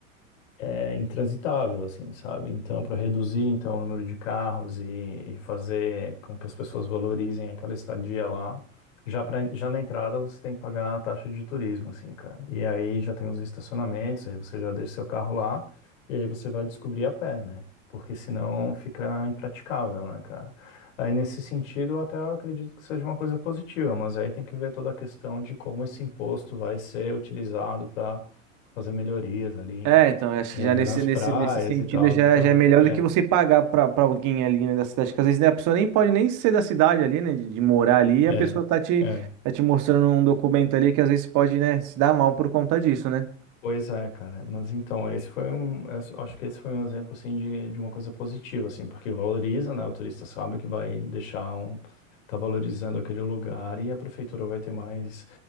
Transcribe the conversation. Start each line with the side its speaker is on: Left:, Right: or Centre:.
Left: é intransitável, assim, sabe? Então, para reduzir então o número de carros e, e fazer com que as pessoas valorizem aquela estadia lá, já pra, já na entrada você tem que pagar a taxa de turismo, assim, cara. E aí já tem os estacionamentos, aí você já deixa seu carro lá e aí você vai descobrir a pé, né? Porque senão fica impraticável, né, cara? Aí nesse sentido, eu até acredito que seja uma coisa positiva, mas aí tem que ver toda a questão de como esse imposto vai ser utilizado para fazer melhorias ali
Right: É, então, acho
Left: é,
Right: que já nesse,
Left: nas
Right: nesse,
Left: praias
Right: nesse sentido
Left: e tal.
Right: já,
Left: Então,
Right: já é melhor
Left: é,
Right: do que você pagar pra, pra alguém ali, né, da cidade, que às vezes né, a pessoa nem pode nem ser da cidade ali, né, de, de morar ali, e
Left: é,
Right: a pessoa tá te,
Left: é.
Right: tá te mostrando um documento ali que às vezes pode, né, se dar mal por conta disso, né?
Left: Pois é, cara. Mas então, esse foi um, esse- acho que esse foi um exemplo, assim, de, de uma coisa positiva, assim, porque valoriza, né? O turista sabe que vai deixar um, tá valorizando aquele lugar e a prefeitura vai ter mais